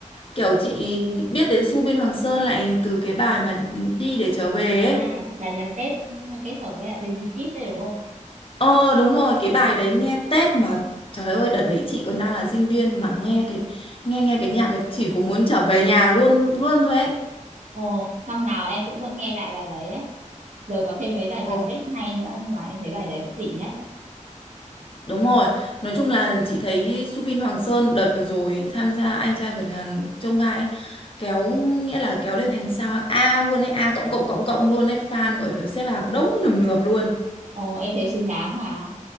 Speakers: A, on the left; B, on the right.
A: kiểu chị biết đến Su Biên Hoàng Sơn lại từ cái bài mà đi để trở về
B: à
A: ấy
B: bài nhạc Tết ừ, kết hợp với lại bên BTS đấy đúng không
A: Ờ đúng rồi, cái bài đấy nghe Tết mà trời ơi đợt đấy chị còn đang là sinh viên mà nghe cái nghe nghe cái nhạc ấy chỉ có muốn trở về nhà luôn luôn thôi ấy.
B: ồ năm nào em cũng vẫn nghe lại bài đấy á rồi có thêm mấy bài
A: Ờ
B: nhạc Tết hay nữa nhưng mà em thấy bài đấy vẫn đỉnh nhất
A: đúng rồi. Nói chung là chị thấy Subin Hoàng Sơn đợt vừa rồi tham gia anh trai vượt ngàn chông gai ấy, kéo nghĩa là kéo lên thành sao hạng A luôn ấy, A cộng cộng cộng cộng luôn ấy, fan gọi là xếp hàng đông nườm nượp luôn.
B: Ồ, em thấy xứng đáng mà.